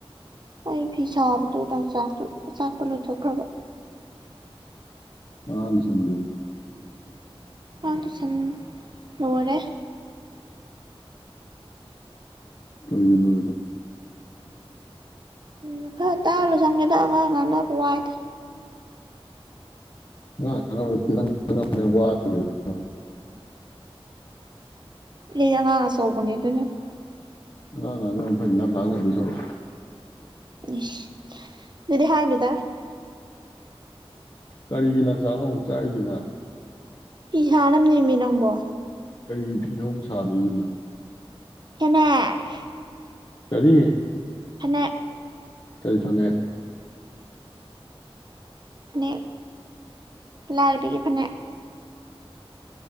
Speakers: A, on the right; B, on the left.
A: ꯑꯩ ꯐꯤ ꯁꯥꯕꯗꯣ ꯂꯪꯆꯥꯛꯇꯣ ꯑꯆꯥꯛꯄꯣ ꯂꯣꯏꯊꯣꯛꯈ꯭ꯔꯕ
B: <unintelligible> ꯃꯁꯟꯗꯤ
A: ꯑꯉꯥꯡ ꯇꯨꯁꯟ ꯂꯣꯏꯔꯦ
B: ꯀꯔꯤꯒꯤ ꯂꯣꯏꯔꯤꯕ
A: ꯃꯈꯥ ꯇꯥꯛꯑ ꯂꯣꯏꯁꯟꯒꯔꯦꯗ ꯑꯉꯥꯡ ꯉꯥꯡꯅꯕ ꯋꯥꯏꯗ
B: ꯑꯉꯥꯡ ꯉꯥꯡꯅꯕ ꯅꯠꯇꯦ ꯅꯪ ꯉꯥꯡꯅꯕꯅ ꯍꯦꯟꯅ ꯋꯥꯒ꯭ꯔꯦ <unintelligible>
A: ꯑꯩ ꯑꯉꯥꯡ ꯑꯆꯧꯕꯅꯦ ꯑꯗꯨꯅꯟ
B: ꯑꯉꯥꯡ ꯉꯥꯡꯅꯕꯅ ꯐꯩ ꯅꯪ ꯉꯥꯡꯅꯗꯣꯏ ꯁꯔꯨꯛ
A: ꯏꯁ ꯑꯗꯨꯗꯤ ꯍꯥꯏꯅꯨꯗ
B: ꯀꯔꯤꯒꯤ ꯂꯪꯆꯥꯡꯅꯣ ꯑꯃꯨꯛ ꯆꯥꯛꯢꯁꯤꯅ
A: ꯐꯤ ꯁꯥꯅꯕꯅꯦꯃꯦ ꯅꯪꯕꯣ
B: ꯀꯔꯤꯒꯤ ꯐꯤꯅꯣ ꯑꯃꯨꯛ ꯁꯥꯗꯣꯏꯁꯤꯅ
A: ꯐꯅꯦꯛ
B: ꯀꯔꯤ
A: ꯐꯅꯦꯛ
B: ꯀꯔꯤ ꯐꯅꯦꯛ
A: ꯐꯅꯦꯛ ꯂꯥꯔꯕꯤꯒꯤ ꯐꯅꯦꯛ